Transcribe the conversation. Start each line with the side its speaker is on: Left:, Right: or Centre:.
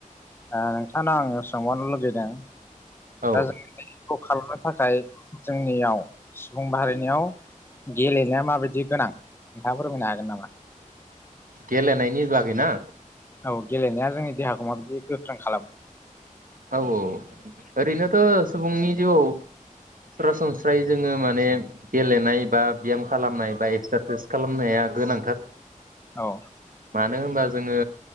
Left: ओ नोंथांनाव आं सोंबावनो लुबै दों दा
Right: औ
Left: जोंखौ खालामनो थाखाय जोंनियाव सुबुं बारायनायाव गेलेनाया माबायदि गोनां नोंथाङा फोरमायनो हागोन नामा?
Right: गेलेनायनि बागै ना।
Left: औ गेलेनाया जोंनि देहाखौ माबायदि गोख्रों खालामो?
Right: औ औ ओरैनोथ' सुबुंनि जिउआव सरासनस्रायै जोङो माने गेलेनाय बा ब्याम खालामनाय बा एक्सारसाइस खालामनाया गोनांथार
Left: औ
Right: मानो होनोब्ला जोंङो